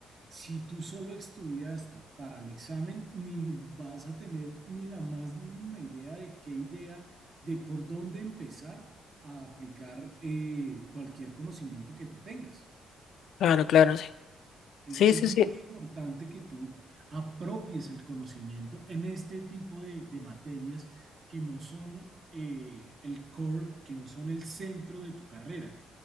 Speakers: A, on the right; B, on the left.
A: Si tú solo estudiaste para el examen, ni vas a tener ni la más mínima idea de qué idea, de por dónde empezar a aplicar eh, cualquier conocimiento que tú tengas.
B: Claro, claro, sí.
A: Es,
B: Sí,
A: es
B: sí,
A: muy importante que tú apropies el conocimiento en este tipo de, de materias que no son eh, el core, que no son el centro de tu carrera,